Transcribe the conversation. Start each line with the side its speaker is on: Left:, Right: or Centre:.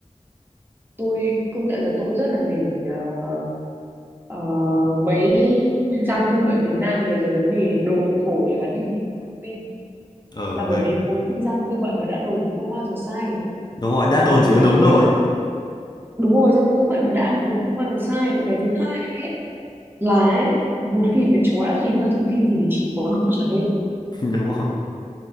Right: tôi công nhận là tôi rất là nể ờ, ờ, mấy giang cư bệnh Việt Nam về cái vấn đề đồn thổi và đi tìm thông tin
Left: ờ
Right: là bởi
Left: đấy
Right: vì một khi giang cư bệnh mà đã đồn thì không bao giờ sai
Left: đúng rồi
Right: và
Left: đã
Right: cái
Left: đồn
Right: thứ
Left: chỉ có
Right: hai
Left: đúng thôi
Right: ấy đúng rồi giang cư bệnh mà đã đồn nó không bao giờ sai và cái thứ hai ấy là ấy, một khi mà chúng nó đã tìm ra thông tin gì thì chỉ có đúng trở lên
Left: <laughs> đúng rồi